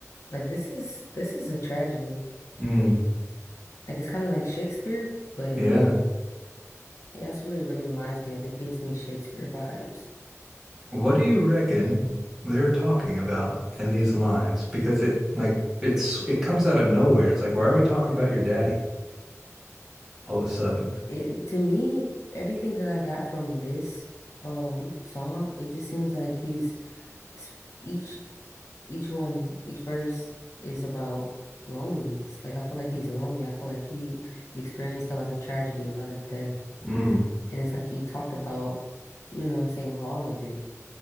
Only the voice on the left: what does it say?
Like this is this is a tragedy.
Like it's kind of like Shakespeare, but in
music. And that's what it really reminds me of. It gives me Shakespeare vibes.
It to me, everything that I got from this um song, it just seems like he's s- each each one, each verse is about loneliness. Like I feel like he's lonely. I feel like he experienced a lot of tragedy, a lot of death.
And it's like he talked about, you know what I'm saying, all of it,